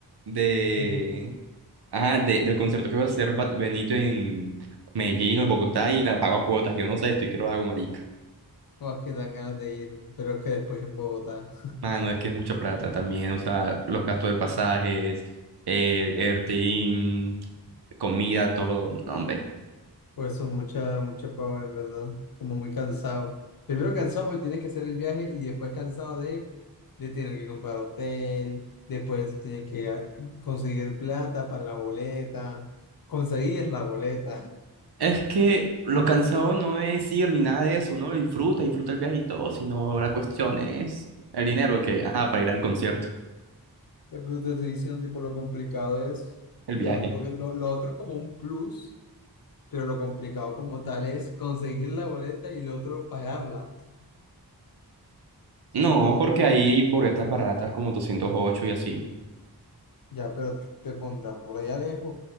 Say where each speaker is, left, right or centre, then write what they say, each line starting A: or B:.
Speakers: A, on the right (about 70°); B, on the left (about 55°).
A: de,
B: Ujú.
A: ajá, de- del concierto que va a hacer Bad- Benito en Medellín o en Bogotá y la pago a cuotas. Yo no sé, estoy que lo hago, marica.
B: O es que dan ganas de ir, pero es que después en Bogotá.
A: Mano, es que es mucha plata también, o sea, los gastos de pasajes, eh, Ertin, comida, todo. No, hombre.
B: Por eso mucha, mucha pava, en verdad. Como muy cansado. Primero cansado porque tienes que hacer el viaje y después cansado de, de tener que comprar hotel, después tienes que ah, conseguir plata para la boleta, conseguir la boleta. <laughs>
A: Es que lo cansado no es ir ni nada de eso, uno lo disfruta, disfruta el viaje y todo, sino la cuestión es el dinero que, ajá, para ir al concierto,
B: Ya pues te estoy diciendo, tipo, lo complicado es,
A: el
B: lo,
A: viaje.
B: porque lo, lo otro es como un plus, pero lo complicado como tal es conseguir la boleta y lo otro pagarla. Son
A: No,
B: como dos,
A: porque hay boletas baratas como 208 y así.
B: Ya, pero te pondrán por allá lejos.